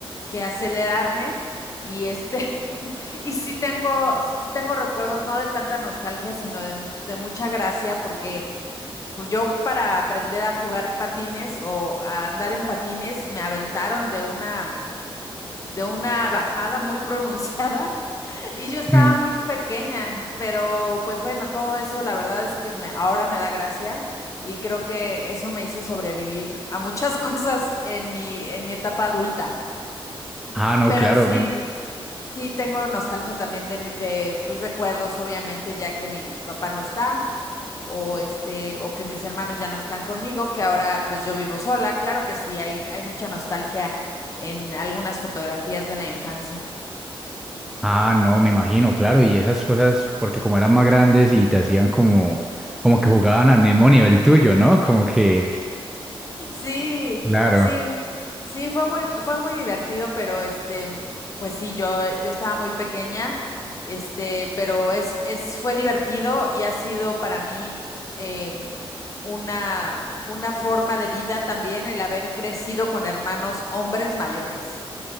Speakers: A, on the left (about 35°); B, in the centre.
A: que acelerarme y este, <laughs> y sí tengo, sí tengo recuerdos, no de tanta nostalgia, sino de, mu- de mucha gracia, porque pues, yo para aprender a jugar patines o a andar en patines, me aventaron de una, de una bajada muy pronunciada <laughs> y yo estaba
B: Mm.
A: muy pequeña, pero pues bueno, todo eso la verdad es que me, ahora me da gracia y creo que eso me hizo sobrevivir a muchas <laughs> cosas en mi, en mi etapa adulta.
B: Ah, no,
A: Pero
B: claro.
A: sí, sí tengo nostalgia también de, mi- de tus recuerdos, obviamente, ya que mi papá no está, o este, o que mis hermanos ya no están conmigo, que ahora pues yo vivo sola. Claro que sí, hay, hay mucha nostalgia en algunas fotografías de la infancia.
B: Ah, no, me imagino, claro, y esas cosas, porque como eran más grandes y te hacían como, como que jugaban al mismo nivel tuyo, ¿no? Como que,
A: Sí,
B: claro.
A: sí, sí, fue muy, fue muy divertido, pero este, pues sí, yo, yo estaba muy pequeña, este, pero es, es, fue divertido y ha sido para mí em, una, una forma de vida también el haber crecido con hermanos hombres mayores.